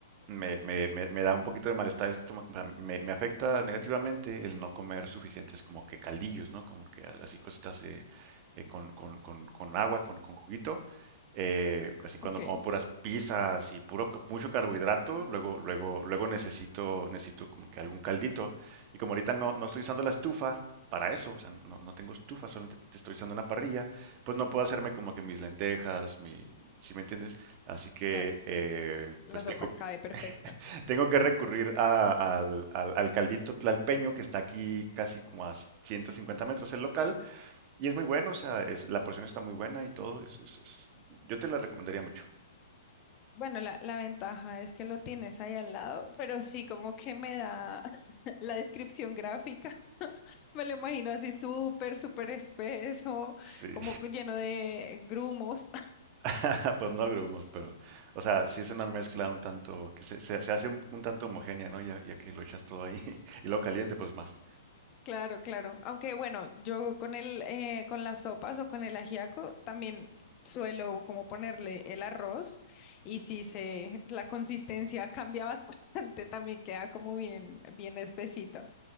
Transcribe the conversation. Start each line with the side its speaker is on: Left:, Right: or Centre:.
Right: me, me- me- me da un poquito de malestar, estomacal, o sea, me, me afecta negativamente el no comer suficientes como que caldillos, ¿no? Como que así cositas eh, eh, con, con- con- con agua, con, con juguito eh, así cuando
Left: Ok,
Right: como puras pizzas y puro ca- mucho carbohidrato,
Left: ujú,
Right: luego luego luego necesito necesito como que algún caldito y como ahorita no, no estoy usando la estufa para eso, o sea, no, no tengo estufa, solamente te estoy usando una parrilla, pues no puedo hacerme como que mis lentejas, mi, si me entiendes? Así que
Left: claro,
Right: eh,
Left: la
Right: pues
Left: sopa
Right: tengo
Left: cae
Right: que,
Left: perfecto.
Right: <laughs> tengo que recurrir a- al, al- al caldito tlalpeño que está aquí casi como a 150 metros el local y es muy bueno, o sea, es- la porción está muy buena y todo, es- es- es- yo te la recomendaría mucho.
Left: Bueno, la, la ventaja es que lo tienes ahí al lado, pero sí como que me da <laughs> la descripción gráfica. <laughs> Me lo imagino así súper, súper espeso,
Right: Sí,
Left: como lleno de grumos.
Right: <laughs> pues no agrumos, pero, o sea, sí es una mezcla un tanto, que se, se- se hace un, un tanto homogénea, ¿no? Ya, ya que lo echas todo ahí <laughs> y lo caliente, pues más.
Left: Claro, claro. Aunque bueno, yo con el, eh, con las sopas o con el ajiaco también suelo como ponerle el arroz y si se, la consistencia cambia bastante, <laughs> también queda como bien, bien espesito.